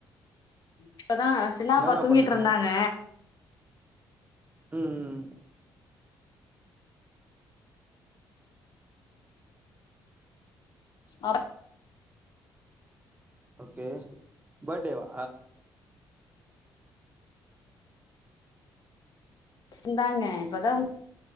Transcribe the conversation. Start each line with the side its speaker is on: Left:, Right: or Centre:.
Left: இப்பதா சின்னாப்பா
Right: என்னக்கா
Left: தூங்கிட்ருந்தாங்க
Right: பண்றீங்க ம்
Left: ஆ
Right: ஓகே படேவா
Left: இந்தாங்க இப்பதா